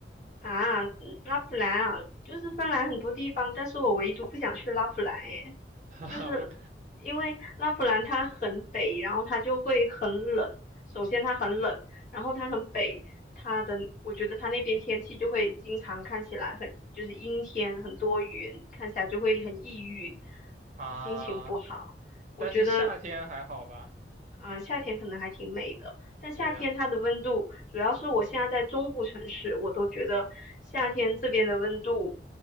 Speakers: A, on the left; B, on the right.
A: 啊，嗯拉普兰啊，就是芬兰很多地方，但是我唯独不想去拉普兰诶，
B: 哈哈，
A: 就是因为拉普兰它很北，
B: 我
A: 然后它就会很冷。首先它很冷，然后它很北，它的我觉得它那边天气就会经常看起来很就是阴天，很多云，看起来就会很抑郁，
B: 啊，
A: 心情不好。我觉得
B: 但是夏天还好吧？
A: 啊、呃夏天可能还挺美的，但夏天它的温度，
B: 对呀，
A: 主要是我现在在中部城市，我都觉得夏天这边的温度，